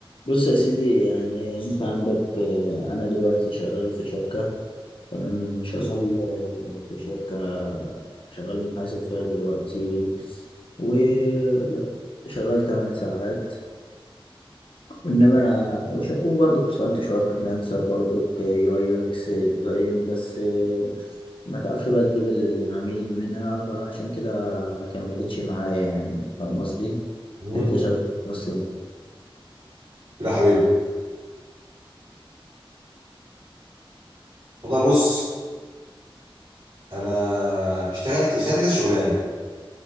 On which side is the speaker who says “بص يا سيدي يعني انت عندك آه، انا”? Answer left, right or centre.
Left